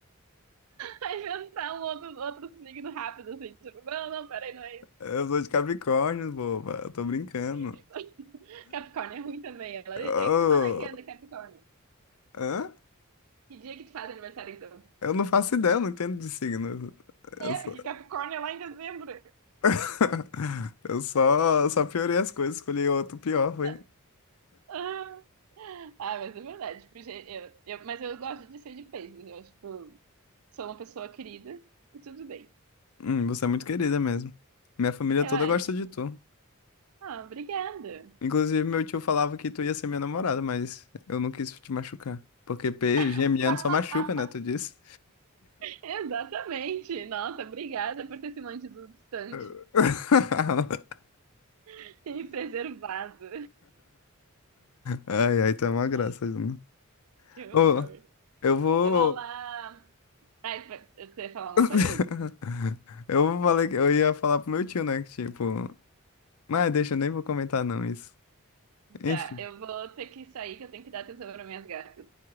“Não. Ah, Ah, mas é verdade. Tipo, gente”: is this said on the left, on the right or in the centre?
Right